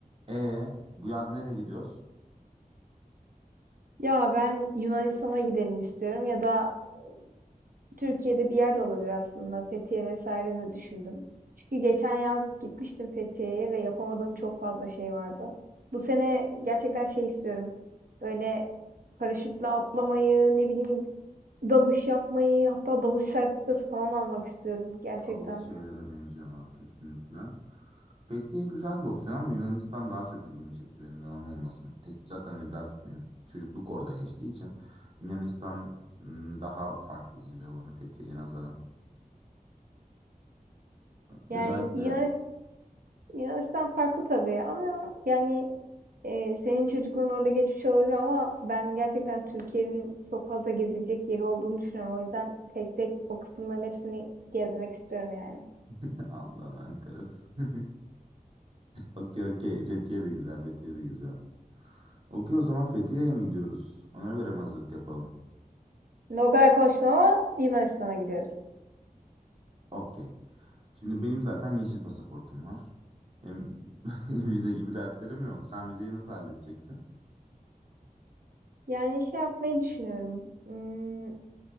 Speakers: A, on the right (about 40°); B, on the right (about 70°).
A: E bu yaz nereye gidiyoruz?
B: Ya ben Yunanistan'a gidelim istiyorum ya da e, Türkiye'de bir yerde olabilir aslında. Fethiye vesaire de düşündüm. Çünkü geçen yaz gitmiştim Fethiye'ye ve yapamadığım çok fazla şey vardı. Bu sene gerçekten şey istiyorum. Böyle paraşütle atlamayı, ne bileyim dalış yapmayı, hatta dalış sertifikası falan almak istiyorum gerçekten.
A: Havalı şeylere benziyorlar kesinlikle. Fethiye güzel bir opsiyon ama Yunanistan daha çok ilgimi çekti benim yalan olmasın. E, zaten hani biraz benim çocukluk orada geçtiği için Yunanistan m, daha farklı geliyor bana Fethiye'ye nazaran. Özellikle
B: Yani Yunanis- Yunanistan farklı tabii ama yani Ee, senin çocukluğun orada geçmiş olabilir ama ben gerçekten Türkiye'nin çok fazla gezilecek yeri olduğunu düşünüyorum. O yüzden tek tek o kısımların hepsini gezmek istiyorum yani.
A: <laughs> Allah'ın Ankara'sı. <laughs> Okey okey Fethiye de güzel Fethiye de güzel. Okey o zaman Fethiye'ye mi gidiyoruz? Ona göre mi hazırlık yapalım?
B: Şimdi o kadar konuştum ama Yunanistan'a gidiyoruz.
A: Okey. Şimdi benim zaten yeşil pasaportum var. Hem <laughs> vize gibi dertlerim yok. Sen vizeyi nasıl halledeceksin?
B: Yani şey yapmayı düşünüyorum. Hmm,